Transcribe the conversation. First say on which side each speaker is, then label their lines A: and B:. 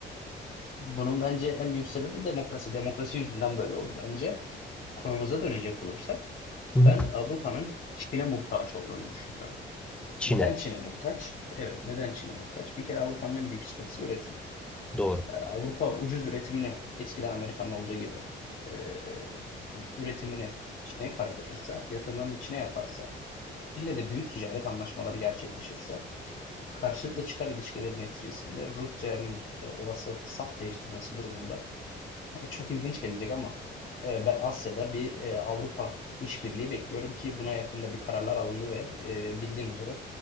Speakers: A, on the left; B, in the centre.
A: bunun bence en büyük sebebi demokrasi. Demokrasi yüzünden böyle oldu bence. Konumuza dönecek olursak
B: Hı hı.
A: ben Avrupa'nın Çin'e muhtaç olduğunu düşünüyorum.
B: Çin'e.
A: Neden Çin'e muhtaç? Evet, neden Çin'e muhtaç? Bir kere Avrupa'nın en büyük sıkıntısı üretim.
B: Doğru.
A: Ee, Avrupa ucuz üretimini eskiden Amerika'nın olduğu gibi e, üretimini Çin'e kaydırırsa, yatırımlarını Çin'e yaparsa, Çin'le de büyük ticaret anlaşmaları gerçekleşirse, karşılıklı çıkar ilişkileri neticesinde Rusya'nın e, olası saf değiştirmesi durumunda e, Çok ilginç gelecek ama e, ben Asya'da bir e, Avrupa işbirliği bekliyorum ki buna yakında bir kararlar alındı ve e, bildiğin üzere